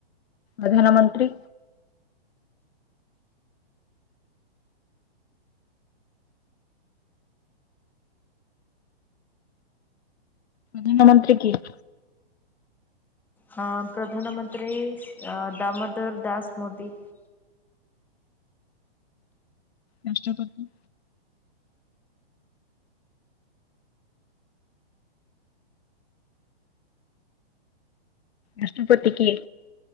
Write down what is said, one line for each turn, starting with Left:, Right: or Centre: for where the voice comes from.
Left: ପ୍ରଧାନମନ୍ତ୍ରୀ। ପ୍ରଧାନମନ୍ତ୍ରୀ କିଏ?
Centre: ହଁ ପ୍ରଧାନମନ୍ତ୍ରୀ ଦାମୋଦର ଦାସ ମୋଦି।
Left: ରାଷ୍ଟ୍ରପତି? ରାଷ୍ଟ୍ରପତି କିଏ?